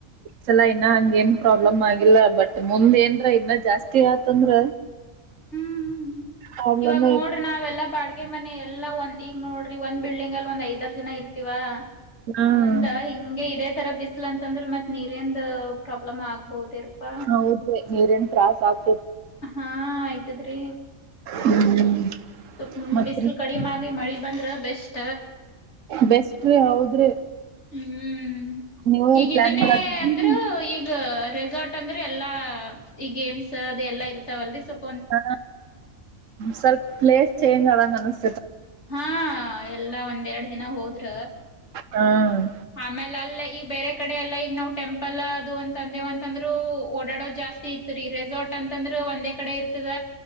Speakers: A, on the right; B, on the left.
A: ಚಲಾ ಇನ್ನ ಹಂಗ ಏನ್ ಪ್ರಾಬ್ಲಮ್ ಆಗಿಲ್ಲ ಬಟ್ ಮುಂದ್ ಏನ್ರ ಇನ್ನ ಜಾಸ್ತಿ ಆತಂದ್ರ
B: ಹ್ಮ್
A: ಪ್ರಾಬ್ಲಮ್
B: ಇವಾಗ ನೋಡ್ರ
A: ಐತಿ
B: ನಾವೆಲ್ಲಾ ಬಾಡಗೆ ಮನೆ ಎಲ್ಲಾ ಒಂದ ಈಗ ನೋಡ್ರಿ ಒಂದ್ ಬಿಲ್ಡಿಂಗ್ ಅಲ್ಲಿ ಒಂದ್ ಐದರ್ ಜನ ಇರ್ತಿವ
A: ಹ್ಮ್
B: ಮುಂದ ಹಿಂಗೆ ಇದದೆ ತರ ಬಿಸಲ ಅಂತಂದ್ರ ಮತ್ ನೀರಿಂದ ಪ್ರಾಬ್ಲಮ್ ಆಗ್ಬೋದರಪಾ
A: ಹೌದ್ರಿ ನೀರಿನ್ ಸಸ್ ಆಗ್ತ
B: ಹಾ ಆಯ್ತದ್ರಿ
A: ಹ್ಮ್
B: ಸುಪ್
A: ಮತ್ತ್ರಿ
B: ಬಿಸಲು ಕಡಿಮೆ ಆ ಮಳಿ ಬಂದ್ರ ಬೆಸ್ಟ್
A: ಬೆಸ್ಟ್ ಹೌದ್ರಿ
B: ಹ್ಮ್
A: ನೀವ್ ಎಲ್
B: ಈಗ
A: ಪ್ಲಾನ್
B: ಇದನ್ನೇ
A: ಮಾಡಾತಿರೇನ್ರಿ?
B: ಅಂದ್ರರು ಈಗ ರೆಸಾರ್ಟ್ ಅಂದ್ರೆ ಎಲ್ಲಾ ಈ ಗೇಮ್ಸ್ ಅ ಎಲ್ಲಾ ಇರ್ತಾವಲ್ರಿ ಸ್ವಲ್
A: ಹಾ ಸ್ವಲ್ಪ ಪ್ಲೇಸ್ ಚೇಂಜ್ ಆದಂಗ ಅನತ
B: ಹಾ ಎಲ್ಲಾ ಒಂದೆರಡು ದಿನ ಹೋದ್ರ
A: ಹ್ಮ್
B: ಆಮೇ ಲಾಲ್ ಈಗ ಬೇರೆ ಕಡೆ ಎಲ್ಲ ಈಗ ನಾವವು ಟೆಂಪಲ್ ಅದು ಅಂತ ಅಂದೇವ ಅಂತ ಅಂದ್ರು ಓಡಾಡೋದು ಜಾಸ್ತಿ ಇತ್ ರೀ ರೆಸಾರ್ಟ್ ಅಂತಂದ್ರರು ಒಂದೇ ಕಡೆ ಇರ್ತದ